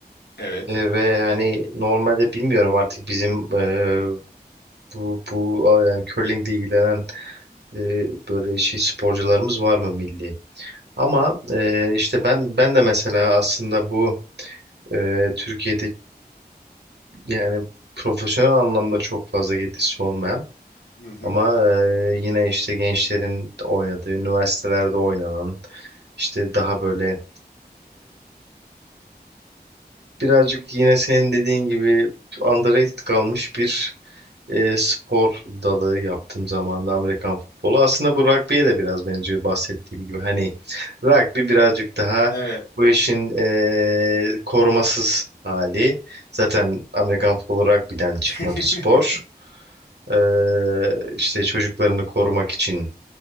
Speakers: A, on the left; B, on the right.
A: Evet.
B: E, ve hani normalde bilmiyorum artık bizim e, bu bu yani curlingle ilgilenen e, böyle şey sporcularımız var mı milli? Ama e, işte ben ben de mesela aslında bu e, Türkiye'de yani profesyonel anlamda çok fazla getirisi olmayan
A: Hı hı.
B: ama e, yine işte gençlerin oynadığı üniversitelerde oynanan işte daha böyle birazcık yine senin dediğin gibi underrated kalmış bir e, spor dalı yaptığım zamanda Amerikan futbolu. Aslında bu rugby'ye de biraz benziyor bahsettiğim gibi. Hani rugby birazcık daha
A: Evet.
B: bu işin e, korumasız hali. Zaten Amerikan futbolu rugby'den çıkma
A: <laughs>
B: bir spor. E, işte çocuklarını korumak için